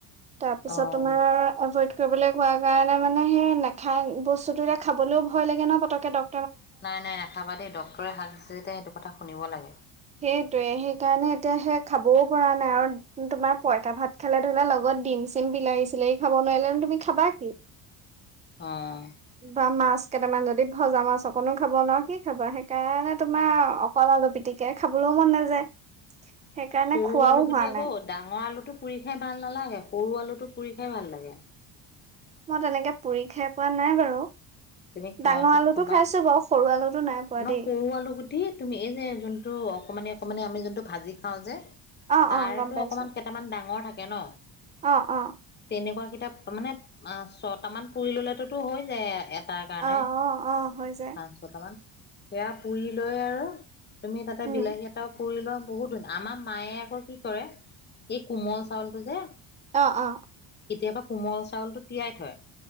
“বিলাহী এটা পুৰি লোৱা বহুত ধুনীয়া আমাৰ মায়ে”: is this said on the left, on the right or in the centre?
Left